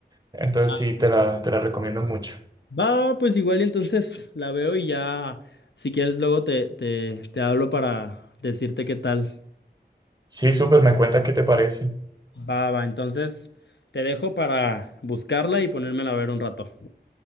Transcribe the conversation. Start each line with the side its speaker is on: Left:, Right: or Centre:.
Right: Entonces,
Left: Ah,
Right: sí, te la, te la recomiendo mucho.
Left: va, pues igual y entonces la veo y ya, si quieres luego te, te, te hablo para decirte qué tal.
Right: Sí, súper, me cuenta qué te parece.
Left: Va, va, entonces te dejo para buscarla y ponérmela a ver un rato.